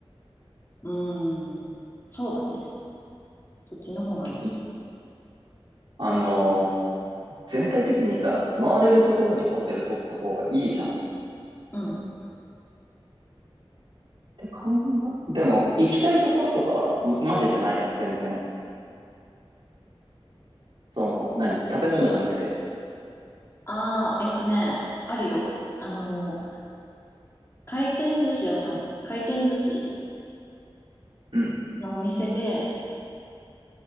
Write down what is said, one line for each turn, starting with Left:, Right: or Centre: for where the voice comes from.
Left: うん。そうだね。そっちの方がいい。
Right: いあの、全体的にさ、回れるところにホテル取った方がいいじゃん。っ
Left: うん。
Right: て考え、でも、行きたいところとかは、もマジでない全然。その、何食べ物じゃなくて。
Left: ああ、えっとね、あるよ。あの、回転寿司屋さん、回転寿司
Right: うん。
Left: のお店で、